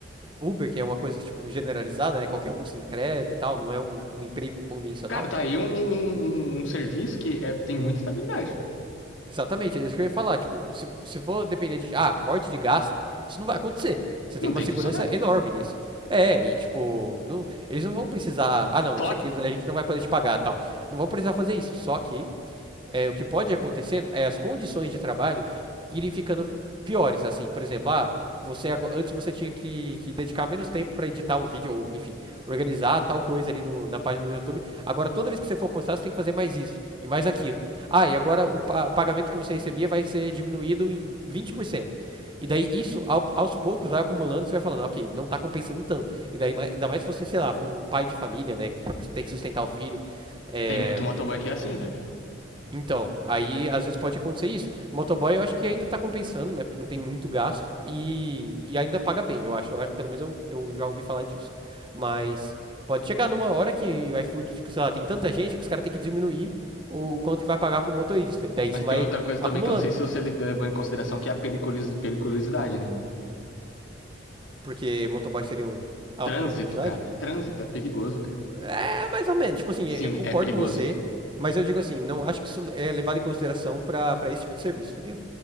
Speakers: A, on the right; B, on the left.
A: Uber, que é uma coisa tipo generalizada, né? Qualquer um se inscreve e tal, não é um um emprego convencional.
B: Cara, tá aí um, um, um- um um serviço que é- tem muita estabilidade.
A: Exatamente, é isso que eu ia falar. Tipo, se, se for depender de, ah, corte de gasto, isso não vai acontecer. Você
B: Não
A: tem uma
B: tem
A: segurança
B: funcionário.
A: enorme nisso. É, e tipo, não- eles não vão precisar, ah não,
B: Só
A: isso aqui a gente não vai poder te pagar, tal. Não vão precisar fazer isso. Só que é, o que pode acontecer é as condições de trabalho irem ficando piores, assim, por exemplo, ah, você antes você tinha que, que dedicar menos tempo para editar um vídeo ou enfim organizar tal coisa ali no- na página do YouTube agora toda vez que você for postar você tem que fazer mais isso e mais aquilo ah e agora o pagamento que você recebia vai ser diminuído em 20% e daí isso ao- aos poucos vai acumulando e você vai falando ok não tá compensando tanto e daí ainda mais se você sei lá for um pai de família né que tem que sustentar o filho é,
B: tem muito motoboy que é assim, velho.
A: então, aí às vezes pode acontecer isso. O motoboy eu acho que ainda tá compensando, né? Porque não tem muito gasto e, e ainda paga bem, eu acho. Ah, Pelo menos eu, eu já ouvi falar disso. Mas pode chegar numa hora que o iFood, tipo, sei lá, tem tanta gente que os caras têm que diminuir o, o quanto que vai pagar pro motorista. E daí isso
B: Mas tem
A: vai
B: outra coisa
A: acumulando.
B: também que eu não sei se você levou em consideração, que é a periculosi- periculosidade, né?
A: Porque motoboy seria um alto
B: Trânsito,
A: pra curiosidade?
B: cara. É trânsito, é perigoso, cara.
A: É, mais ou menos. Tipo assim,
B: Sim,
A: eu concordo
B: é perigoso.
A: com você, mas eu digo assim, não acho que isso é levado em consideração pra, pra esse tipo de serviço, entendeu?